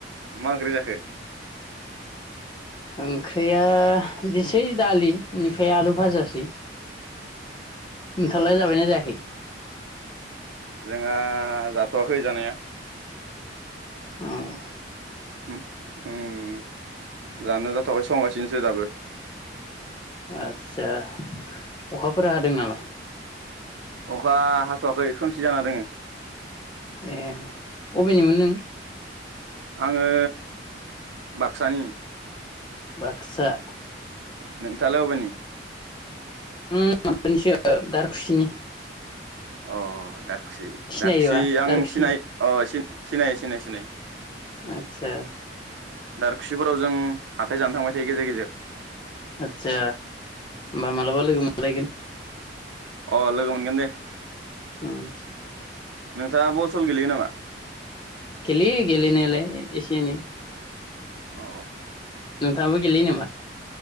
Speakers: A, on the right (about 85°); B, on the left (about 25°).
A: मा ओंख्रि जाखो?
B: ओंख्रिया दिसै दालि बिनि फ्राय आलु भाजासै। नोंथाङालाय
A: ओ
B: जाबायना जायाखै?
A: जोंहा जाथ'वाखै जानाया।
B: उम।
A: हम उम जानो जाथ'आखै संगासिनो दो दाबो।
B: आदसा। अखाफोर हादों नामा
A: अखा हाथ'वाखै। खोमसि जाना दोङो।
B: उम अबेनिमोन नों?
A: आङो बाकसानि।
B: बाकसा।
A: नोंथाङालाय अबेनि?
B: ओम माबानिसो दारखुसिनि।
A: अ दार खुसि
B: सिनायोबा
A: दारखुसि आं
B: दारखुसि
A: सिनाय अ सि सिनायो सिनायो सिनायो।
B: आदसा
A: <inaudible> दारखुसिफोराव जों हाथाय जानो थांबाय, थायो गेजेर गेजेर।
B: आदसा मा मालाबा लोगो मोन लायगोन
A: अ लोगो मोनगोन दे।
B: ओम
A: नोंथाङा बल सल गेलेयो नामा?
B: गलेयो गेलेनायालाय एसे एनै
A: अ
B: नोंथाङाबो गेलेयो नामा?